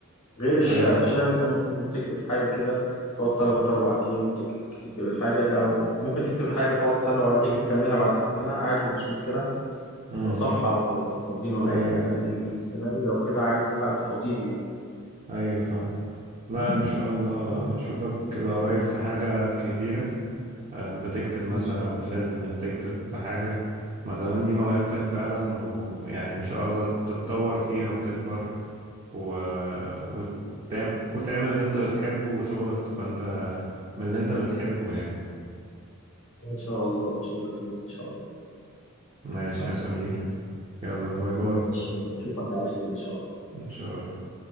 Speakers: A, on the left (about 65°); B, on the right (about 30°).
A: غير الشعر
B: أيوة
A: الشعر انت ممكن تكتب حاجة كده تقعد تلات أربع أيام تك تك تكتب الحاجة أو ممكن تكتب حاجة تقعد سنة وبعدين تيجي تكملها بعد السنة عادي مفيش مشكلة
B: امم
A: بقى صفحة ولا صفحتين ولا
B: أيوة
A: أي حاجة لكن السيناريو أو كده عايز حد فضيل يعني
B: أيوة فاهم لا
A: بس
B: إن شاء الله
A: ف-
B: أشوفك كده قريب في حاجة كبيرة آه، بتكتب مثلا
A: إن شاء الله
B: فيلم
A: كده
B: بتكتب حاجة ما دام دي موهبتك فعلا ويعني ان شاء الله تتطور فيها وتكبر و... وتعمل... وتعمل اللي انت بتحبه وشغلك تبقى انت من اللي انت بتحبه يعني
A: إن شاء الله إن شاء الله جميل إن شاء الله
B: ماشي
A: حبيبي
B: يا سمير يلا باي باي
A: ماشي يلا أشوفك على خير إن شاء الله
B: ان شاء الله